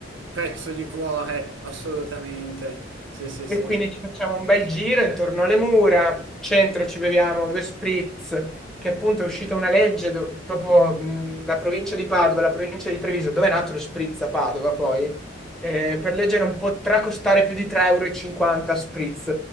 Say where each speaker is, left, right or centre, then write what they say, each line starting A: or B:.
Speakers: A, on the right; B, in the centre.
A: pezzo di cuore, assolutamente. Sì, sì,
B: e
A: sì.
B: quindi ci facciamo un bel giro intorno alle mura, in centro ci beviamo due spritz, che appunto è uscita una legge, do- proprio mh, la provincia di Padova, la provincia di Treviso, dove è nato lo spritz a Padova poi, eh, per legge non potrà costare più di 3,50 euro e cinquanta spritz.